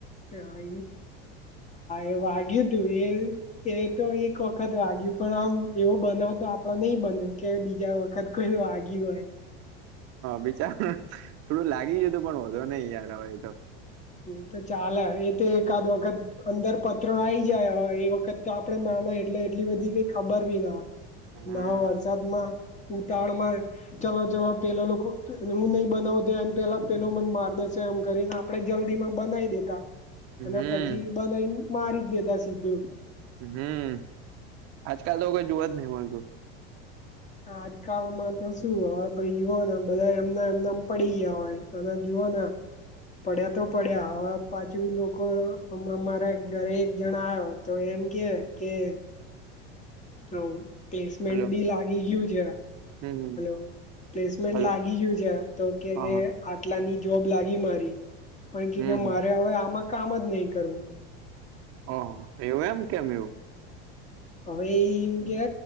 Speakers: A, on the left; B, on the right.
A: હા એવું વાગય તું એ એ તો એક વખત વાગ્યું પણ આમ એવો બનાવ તો આપડ નહી બન્યો કે બીજા વખત કઈ વાગી હોય
B: બચાર થોડું લાગી ગય હતું પણ વધો નહીિ યાર હવે એ તો
A: એ તો ચાલ એ તો એકાદ વખત અંદર પત્ર આવી જાય એ વખત તો આપડે ના ના એટલે એટલી બધી કઈ ખબર બી ના
B: હમ
A: નાવ વરસાદ માં ઉતાળમાં ચાલલો ચલો પેલો લોકો હું નઈ બનાવ દેને પેલા પેલો મને બાર દશે એમ કરીને આપડે જલ્દી માં બનાવી દેતા
B: હમ
A: અને પછી બનાવીને મારી જ દેતા સીધું
B: હમ આજકાલ તો કઈ જોવા જ નહીિ મળતું
A: ા આજકાલમાં તો શું હવે ભાઈ જોુઓ ને બધા એમના એમનામ પડી ગયા હોય તના જીઓોના પડ્યા તો પડ્યા હવે પાછું લોકો હમણા મારા ઘરે એક જણા આવ્યા તો એમ કે કે
B: <inaudible>
A: હ પ્લેસમેન્ટ
B: હલો
A: બી લાગી
B: હમ
A: ગયું છે
B: હમ
A: હલો પ્લેસમેન્ટ
B: હલો
A: લાગી ગયું છે તો કે
B: હા
A: કે
B: હા
A: એટલાની જોબ લાગી મારી પણ કે
B: હમ
A: કે મારે હવે આમાં કામ જ નહી કરવું
B: હ એવું એમ કેમ એવું
A: હવેમ કે